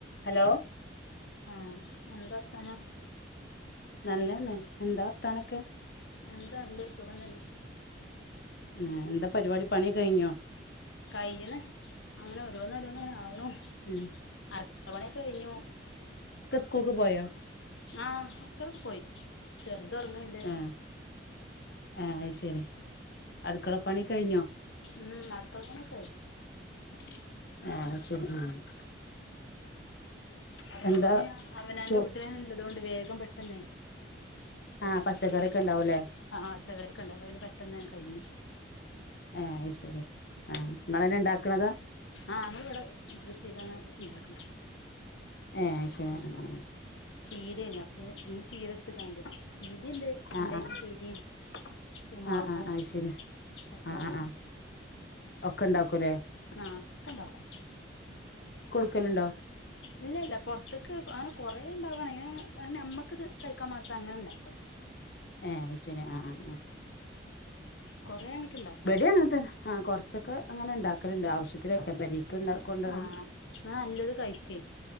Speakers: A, on the left (about 55°); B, on the left (about 75°).
A: Hello
B: ആ എന്താർത്താനം?
A: നല്ലന്നെ എന്താ വർത്താനെക്കെ?
B: എന്താ നല്ലേ സുഖം തന്നെ
A: ആ എന്താ പരിവാടി പണി ഒക്ക കഴിഞ്ഞോ?
B: കയ്യ്ണ് അങ്ങനെ ഓരോന്നോരന്നാങ്ങനെ ആവ് ഹും
A: ഉം
B: അട്ക്കളപണിയൊക്കെ കഴിഞ്ഞു.
A: കൂൾക്ക് പോയോ?
B: ആ മക്കളക്ക പോയി. ചെർ ഒർങ്ങിണ്ട്.
A: ആ ആ അയ് ശെരി അടുക്കളപ്പണി കഴിഞ്ഞോ?
B: ഉം അട്ക്കളപ്പണിയെക്കയിഞ്ഞ്.
A: <unintelligible>
B: അട്ക്കള
A: എന്താ
B: പണിയ അവനാന്റെ
A: ചോ
B: വീട്ടിലെന്നെ ഇല്ലതോണ്ട് വേ ഗം പെട്ടെന്നേ
A: ആ പച്ചക്കറിയൊക്കെ ഉണ്ടാവൂലേ
B: ആ ച്ചക്കറിക്കെണ്ട് അപ്പ പിന്നെ പെട്ടെന്ന് വേം കഴിഞ്ഞു.
A: ഏ അയ് ശെരി ആ നിങ്ങളന്നെ ഇണ്ടാക്കണതാ
B: ആ ങ്ങളിവ്ടെ കൃഷി ചെയ്താണ് ഇണ്ടാക്ക്ണെ.
A: ഏ അയ് ശെ അങ്ങനെ
B: ചീരെനി അപ്പ് <unintelligible> ഈ ചീരെട്ത്ത്ക്കാണ്ട് ചീരെണ്ട് രണ്ടയിറ്റംചീരേം
A: ആ ആ
B: മൊളകും
A: ആ ആ ആ ശരി
B: തക്കാളീം
A: ആ ആ ആ ഒക്കെ ഉണ്ടാക്കൂല്ലേ
B: ആ ഒക്ക ഇണ്ടാക്കും.
A: ക്കല്ണ്ടോ?
B: ഇല്ലല്ല പൊർത്ത്ക്ക് അങ്ങനെ കൊറേ ഇണ്ടാവാണെ ഏ കാരണ നമ്മക്ക് ത് കഴിക്കാൻ മാത്ര അങ്ങനെ ഇണ്ടാക്കല.
A: ഏ അയ് ശരി ആഹ് ആഹ്
B: കൊറേ അങ്ങട്ട് ഇണ്ടാക്കൂല
A: ഇവിടേം അങ്ങനെത്തന്നെ ആ കൊറച്ചൊക്കെ അങ്ങനെ ഇണ്ടാക്കും <inaudible> ആവശ്യത്തിന് എടുത്താൽ പോരെ കൊണ്ട <unintelligible>
B: ആഹ് ന്നാ നല്ലത് കഴിക്കേ